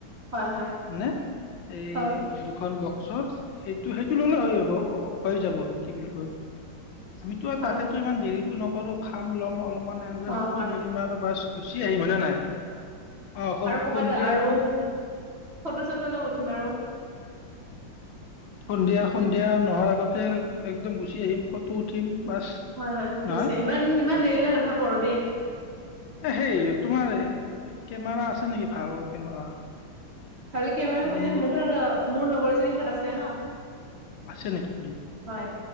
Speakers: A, on the right; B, on the left.
A: হয় হয়
B: হে এই
A: হয়
B: দুখন ব ছ সেইটো সেইটো ললে হয় অ ককাই যাব কি বুলি কয় আমিতো আৰু তাতেতো
A: হয়
B: ইমান দেৰি নকৰো খাম ল'ম অল <unintelligible> এনে <unintelligible>
A: অ
B: ফূৰ্তি
A: হয়
B: কৰিম আৰু বাছ গুচি আহিম হয়নে নাই অ
A: আৰু ক'বাত
B: সন্ধিয়া
A: আৰু
B: <unintelligible>
A: ফটো চটো অলপ উঠিম আৰু
B: সন্ধিয়া
A: উম
B: সন্ধিয়া নোহোৱাৰ আগত একদম গুচি আহিম ফটো উঠিম বাছ
A: হয় হয়
B: নহয়
A: গুছে ইমান ইমান
B: উম।
A: দেৰিলে নাথাকো আৰু দেই
B: এ সেই তোমাৰ কেমেৰা আছে নেকি ভাল কেমেৰা
A: ভাল কেমেৰা
B: এনেই
A: মানে মোৰ ধৰ মোৰ লগৰজনীৰ তাত আছে <unintelligible>
B: আছে নেকি
A: হয়